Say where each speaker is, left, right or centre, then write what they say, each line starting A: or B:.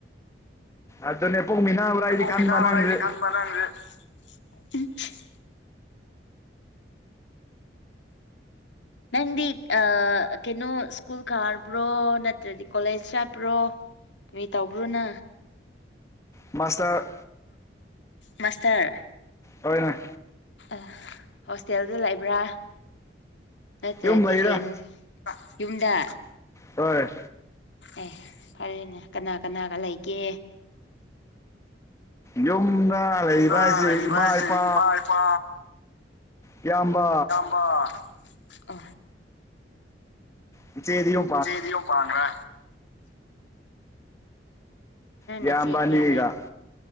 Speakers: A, on the left; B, on the left.
A: ꯑꯗꯨꯅꯦ ꯄꯣꯛꯃꯤꯅꯥꯕ꯭ꯔꯥ ꯍꯥꯏꯗꯤ
B: ꯄꯣꯛ
A: ꯈꯟꯕ
B: ꯃꯤꯅꯥꯕ꯭ꯔꯥ
A: ꯅꯪꯁꯦ
B: <unintelligible> ꯅꯪꯗꯤ ꯑ ꯀꯩꯅꯣ ꯁ꯭ꯀꯨꯜ ꯀꯥꯕ꯭ꯔꯣ ꯅꯠꯇ꯭ꯔꯗꯤ ꯀꯣꯂꯦꯖ ꯆꯠꯕ꯭ꯔꯣ ꯀꯏ ꯇꯧꯕ꯭ꯔꯣꯅ
A: ꯃꯥꯁꯇꯔ
B: ꯃꯥꯁꯇꯔ
A: ꯍꯣꯏꯅ
B: ꯑ ꯍꯣꯁꯇꯦꯜꯗ ꯂꯩꯕ꯭ꯔꯥ ꯅꯠꯇ꯭ꯔꯗꯤ
A: ꯌꯨꯝ ꯂꯩꯗ
B: ꯔꯦꯟ ꯌꯨꯝꯗ
A: ꯍꯣꯏ
B: ꯑꯦ ꯐꯔꯦꯅꯦ ꯀꯅꯥ ꯀꯅꯥꯒ ꯂꯩꯒꯦ
A: ꯌꯨꯝꯗ ꯂꯩꯔꯤꯕ
B: ꯌꯨꯝꯗ
A: ꯍꯥꯏꯁꯤ
B: ꯂꯩꯕ
A: ꯏꯃꯥ
B: ꯍꯥꯏꯁꯦ
A: ꯏꯄꯥ
B: ꯏꯃꯥ ꯏꯄꯥ
A: ꯏꯌꯥꯝꯕ
B: ꯎ
A: ꯣ
B: ꯦ ꯄꯉ
A: ꯌꯥ
B: ꯅꯆꯦ
A: ꯑꯕꯥꯅꯤꯒ
B: ꯀꯌꯥ